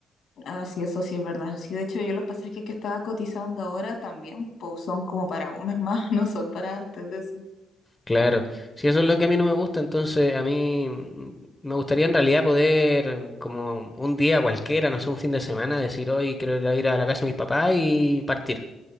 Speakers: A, on the left; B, on the left.
A: Ah, sí, eso sí es verdad. Sí, de hecho, yo los pasajes que estaba cotizando ahora también, pues son como para un mes más, <laughs> no son para antes de eso.
B: Claro, si eso es lo que a mí no me gusta, entonces a mí mm, me gustaría en realidad poder, mm, como un día cualquiera, no sé, un fin de semana, decir hoy quiero ir a ir a la casa de mis papás y partir.